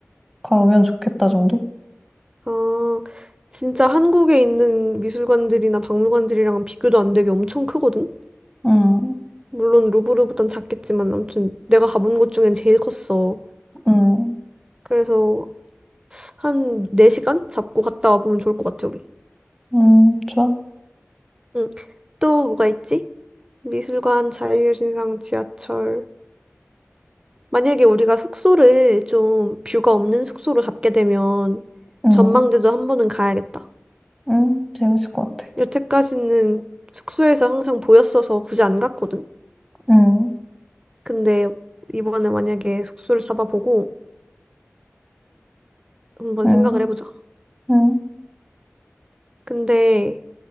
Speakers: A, in the centre; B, on the right.
A: 가면 좋겠다 정도?
B: 아, 진짜 한국에 있는 미술관들이나 박물관들이랑은 비교도 안 되게 엄청 크거든?
A: 응,
B: 물론 루브르보단 작겠지만 아무튼 내가 가본 곳 중엔 제일 컸어.
A: 응,
B: 그래서 한 4시간 잡고 갔다 와보면 좋을 것 같아, 우리.
A: 음, 좋아.
B: 응. 또 뭐가 있지? 미술관, 자유여신상, 지하철. 만약에 우리가 숙소를 좀 뷰가 없는 숙소로 잡게 되면
A: 응,
B: 전망대도 한 번은 가야겠다.
A: 응, 재밌을 것 같아.
B: 여태까지는 숙소에서 항상 보였어서 굳이 안 갔거든.
A: 응,
B: 근데 이번에 만약에 숙소를 잡아보고 한번
A: 응,
B: 생각을 해보자.
A: 응,
B: 근데